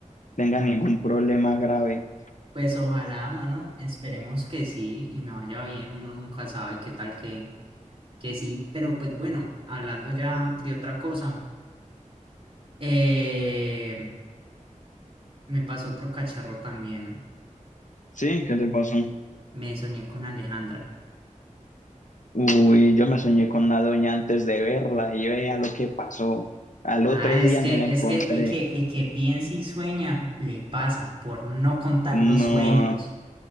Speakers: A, on the left (about 70°); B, on the right (about 45°).
A: tenga ningún problema grave.
B: Pues ojalá, mano, esperemos que sí y me vaya bien, uno nunca sabe qué tal que, que sí, pero pues bueno, hablando ya de otra cosa, eh, me pasó otro cacharro también,
A: Sí, ¿qué le pasó?
B: me soñé con Alejandra.
A: Uy, yo me soñé con la doña antes de verla y vea lo que pasó. Al
B: Ah,
A: otro
B: es
A: día
B: que,
A: me la
B: es
A: encontré.
B: que el que, el que piensa y sueña le pasa por no contar
A: No,
B: los sueños.